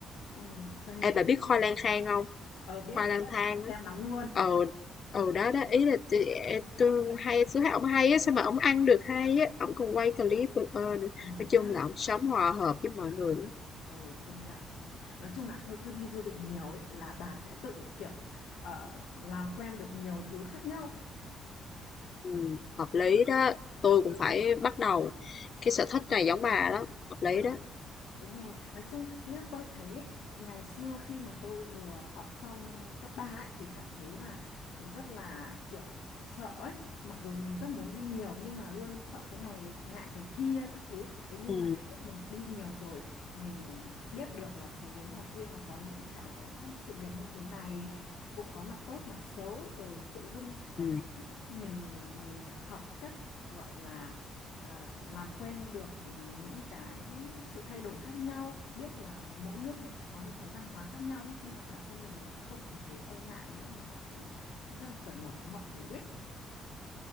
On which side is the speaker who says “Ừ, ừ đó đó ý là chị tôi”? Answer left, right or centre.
Left